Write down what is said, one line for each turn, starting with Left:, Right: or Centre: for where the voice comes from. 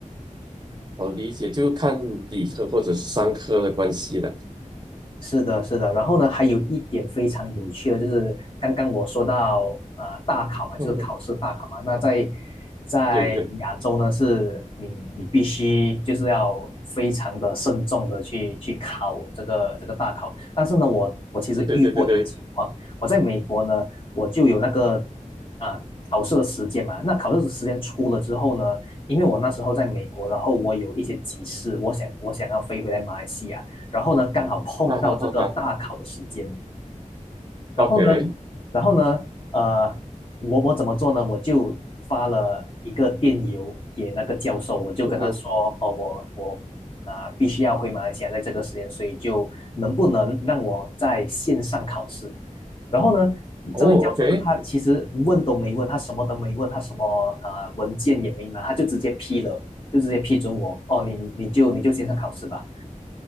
Right: 我理解，就看理科或者是商科的关系了。
Left: 是的，是的。然后呢，还有一点非常有趣的，就是刚刚我说到啊、呃大考嘛，就是考试大考嘛。
Right: 嗯哼，
Left: 那在在亚洲呢，
Right: 对对
Left: 是你你必须就是要非常的慎重的去去考这个这个大考。但是呢，我我其实遇过一个情况，
Right: 对对对对对，
Left: 我在美国呢，我就有那个啊、考试的时间嘛。那考试的时间出了之后呢，因为我那时候在美国，然后我有一些急事，我想我想要飞回来马来西亚。然后呢，刚好碰到这个大考的时间，
Right: 啊好好好。
Left: 然后呢，
Right: OK，
Left: 然后呢，呃，我我怎么做呢？我就发了一个电邮给那个教授，我就跟他说，
Right: 嗯，
Left: 哦，我我啊、必须要回马来西亚，在这个时间，所以就能不能让我在线上考试？然后呢，
Right: 哦，OK，
Left: 这位教授呢，他其实问都没问，他什么都没问，他什么啊、文件也没拿，他就直接批了，就直接批准我，哦，你你就你就线上考试吧。